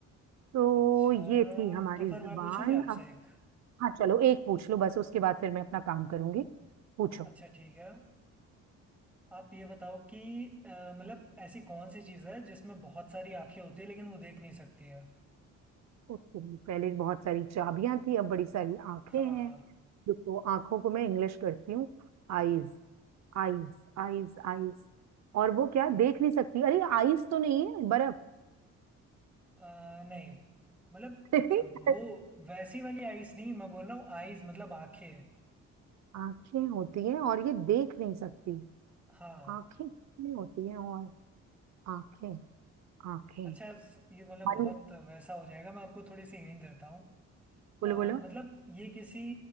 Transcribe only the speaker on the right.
तो
ये थी हमारी
जुबान
अब
हाँ चलो एक पूछ लो बस उसके बाद फिर मैं अपना काम करूंगी पूछो
ओके पहले बहुत सारी चाबियां थी अब बड़ी सारी आंखें
हैं देखो आंखों को मैं इंग्लिश करती हूँ Eyes eyes eyes eyes और वो क्या देख नहीं सकती अरे आईज तो नहीं है बर्फ
<laughs>
आंखें होती हैं और ये देख नहीं सकती
आंखें कितनी होती हैं और आंखें आंखें
मन
बोलो
बोलो